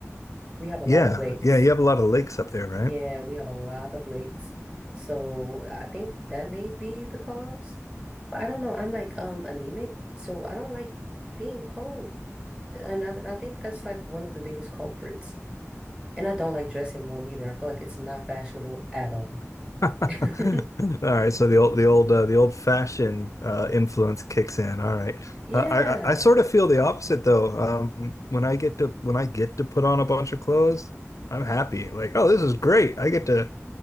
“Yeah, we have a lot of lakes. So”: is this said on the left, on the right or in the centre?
Right